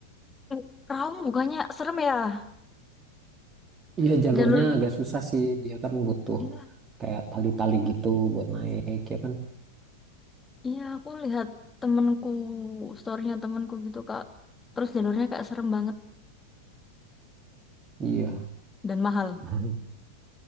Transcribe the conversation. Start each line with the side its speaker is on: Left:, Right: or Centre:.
Left: Eh, Raung bukannya serem ya?
Right: Iya jalurnya
Left: Jalur.
Right: agak susah sih, dia kan butuh
Left: Iya,
Right: kayak tali-tali gitu buat naik ya kan.
Left: iya aku lihat temenku, storynya temenku gitu, Kak. Terus jalurnya kayak serem banget
Right: Iya.
Left: dan mahal.
Right: <laughs>